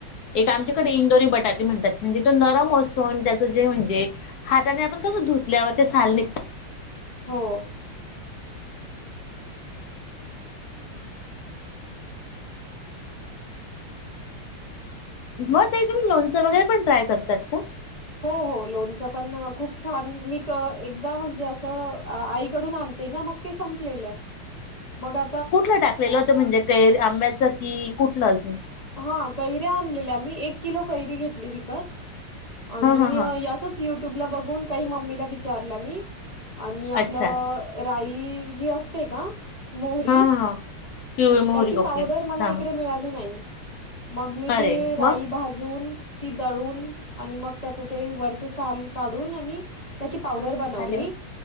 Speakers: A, on the left (about 75°); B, on the left (about 25°).
A: एक आमच्याकडे इंदोरी बटाटा म्हणतात म्हणजे तो नरम असतो आणि त्याचं जे म्हणजे हाताने आपण कसं धुतल्यावर ते साल निघत
B: हो
A: मग ते तुम्ही लोणचं वगैरे पण ट्राय करतात का
B: हो हो लोणच पण खूप छान मी एकदा म्हणजे असं आईकडून आणते ना मग ते संपलेलं मग आ
A: कुठलं टाकलेलं होतं म्हणजे कैर आंब्याचं की कुठलं अजून
B: हा कैऱ्या आणलेल्या आम्ही एक किलो कैरी घेतली विकत आणि
A: हा हा हा.
B: याचच युट्यूबला बघून काही मम्मीला विचारलं मी आणि आपलं
A: अच्छा.
B: राई जी असते का मोहरी
A: हा हा हा. पिवळी मोहरी
B: त्याची
A: ओके
B: पावडर मला
A: हा
B: इकडे
A: हा
B: मिळाली नाही मग मी ते
A: अरे
B: राई
A: मग
B: भाजून ती दळून आणि मग त्याचं ते वरच साल काढून आणि त्याची पावडर बनवली
A: अरे वा